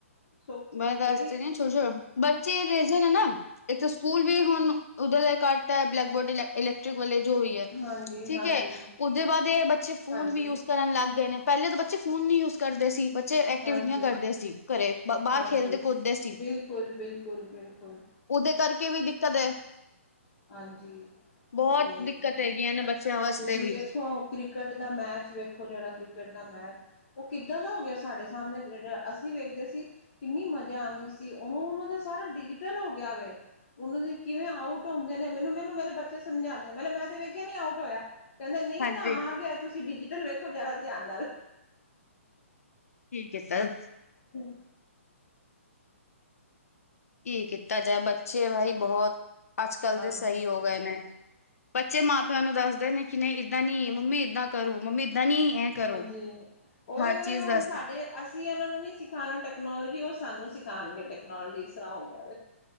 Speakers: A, on the left; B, on the left.
A: ਸੋ
B: ਮੈਂ ਦੱਸ
A: ਜਿਹੜੀ
B: ਤੇ ਰਈ ਛੋ ਛੋ ਬਚ ਚੇ ਰੇਂਜਨ ਹੈ ਨਾ ਏਥੇ ਸਕੂਲ ਵੀ ਹੁਨ ਓਦਾਂ ਦਾ ਕਰਤਾ ਬਲੈਕ ਬੋਰਡ ਇਲੈਕ ਇਲੈਕਟ੍ਰਿਕ ਵਾਲੇ। ਜੋ ਵੀ ਐ,
A: ਹਾਂਜੀ
B: ਠੀਕ
A: ਹਾਂਜੀ
B: ਐ ਓਦੇ ਬਾਦ ਏ ਬੱਚੇ ਫੋਨ
A: ਹਾਂਜੀ
B: ਵੀ ਯੂਜ ਕਰਨ ਲੱਗ ਗਏ ਨੇ। ਪਹਿਲੇ ਤਾਂ ਬੱਚੇ ਫ਼ੋਨ ਨਹੀਂ ਯੂਜ ਕਰਦੇ ਸੀ ਬੱਚੇ ਐਕਟੀਵਿਟੀਆਂ
A: ਹਾਂਜੀ
B: ਕਰਦੇ ਸੀ ਘਰੇ ਬਾਹਰ
A: ਹਾਂਜੀ
B: ਖੇਲਦੇ ਕੁਦਦੇ ਸੀ
A: ਬਿਲਕੁਲ ਬਿਲਕੁਲ ਬਿਲਕੁਲ
B: ਉਹਦੇ ਕਰਕੇ ਵੀ ਦਿੱਕਤ ਹੈ
A: ਹਾਂਜੀ
B: ਬਹੁਤ
A: ਏ
B: ਦਿੱਕਤ ਹੈਗੀਆਂ ਨੇ ਬੱਚਿਆਂ ਵਾਸਤੇ
A: ਤੁਸੀਂ
B: ਵੀ
A: ਦੇਖੋ ਕ੍ਰਿਕਟ ਦਾ ਮੈਚ ਵੇਖੋ ਜਿਹੜਾ ਕ੍ਰਿਕਟ ਦਾ ਮੈਚ ਉਹ ਕਿੱਦਾਂ ਦਾ ਹੋ ਗਿਆ ਸਾਡੇ ਸਾਹਮਣੇ ਜਿਹੜਾ ਅਸੀਂ ਵੇਖਦੇ ਸੀ ਕਿੰਨੀ ਮਜ਼ਾ ਆਉਂਦੀ ਸੀ ਉਹਨੂੰ ਉਹਨਾਂ ਦਾ ਸਾਰਾ ਡਿਜੀਟਲ ਹੋ ਗਿਆ ਵ ਉਹਨਾਂ ਦੀ ਕਿਵੇਂ ਆਉ ਆਊਟ ਹੁੰਦੇ ਨੇ ਮੈਨੂੰ ਮੈਨੂੰ ਮੇਰੇ ਬੱਚੇ ਸਮਝਾਂਦੇ ਮ ਮੈਂ ਤੇ ਵੇਖਿਆ ਨੀ ਆਊਟ ਹੋਇਆ ਕਹਿੰਦੇ ਨਹੀਂ
B: ਹਾਂਜੀ
A: ਨਾ ਆ ਤੁਸੀਂ ਡਿਜੀਟਲ ਵੇਖੋ ਜ਼ਰਾ ਧਿਆਨ ਨਾਲ
B: ਠੀਕ ਏ ਸਰ
A: ਹਮ
B: ਕੀ ਕੀਤਾ ਜਾਏ ਬੱਚੇ ਬਾਈ ਬਹੁਤ ਅੱਜ ਕੱਲ
A: ਹਾਂਜੀ
B: ਦੇ ਸਹੀ ਹੋ ਗਏ ਨੇ ਬੱਚੇ ਮਾਂ ਪਿਓ ਨੂੰ ਦੱਸਦੇ ਨੇ ਕਿ ਨਹੀਂ ਇੱਦਾਂ ਨੀ ਮੰਮੀ ਏਦਾਂ ਕਰੋ ਮੰਮੀ ਏਦਾਂ ਨੀ ਇਹ ਕਰੋ
A: ਹਾਂਜੀ ਓਹੀ
B: ਹਰ
A: ਓਹੀ
B: ਚੀਜ਼
A: ਹੁਣ
B: ਦੱਸ
A: ਸਾਡੇ ਅਸੀਂ ਉਹਨਾਂ ਨੂੰ ਨੀ ਸਿਖਾਉਣਾ ਟੈਕਨੋਲੋਜੀ ਉਹ ਸਾਨੂੰ ਸਿਖਾਉਣਗੇ ਟੈਕਨੋਲੋਜੀ ਇਸ ਤਰ੍ਹਾਂ ਹੋ ਗਿਆ